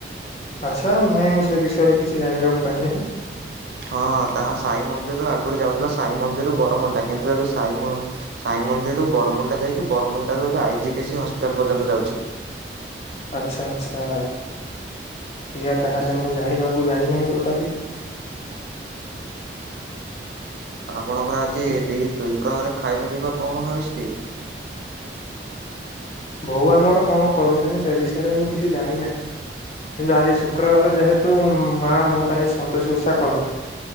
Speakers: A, on the left (about 35°); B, on the right (about 70°).
A: ଆଚ୍ଛା ନାଇଁ ମୁଁ ସେ ବିଷୟରେ କିଛି ଜାଣିବାକୁ ପାଇ ନାହିଁ।
B: ହଁ ତାହା ସାଇ ମନ୍ଦିରରୁ ଆଗରୁ ଯାଉଥିଲା ସାଇ ମନ୍ଦିରରୁ ବରମୁଣ୍ଡା କିନ୍ତୁ ଏବେ ସାଇ ମନ୍ଦିରରୁ ବରମୁଣ୍ଡା ଯାଇକି ବରମୁଣ୍ଡାରୁ ଏବେ ଆଇ କେସି ହସ୍ପିଟାଲ ପର୍ଯ୍ୟନ୍ତ ଯାଉଛି।
A: ଆଛା ଆଛା ଆ ତାହେଲେ ମୁଁ ଜାଣିବାକୁ ଜାଣିିନହିଁ ଟୋଟାଲି।
B: ହଁ। ଆପଣଙ୍କର ଆଜି
A: କି
B: ଦି ଦୁଇ ପ୍ରହରେ ଖାଇବା ପିଇବା କଣ ହେସଛି।
A: ବୋଉ ଆମର କଣ କରୁଛନ୍ତି ସେ ବିଷୟରେ ମୁଁ କିଛି ଜାଣିନାହିଁ। କିନ୍ତୁ ଆଜି ଶୁକ୍ରବାର ଯେହେତୁ ମୋ ମାଆ ମୋ ପାଇଁ ସନ୍ତୋଶି ଉଷା କରନ୍ତି।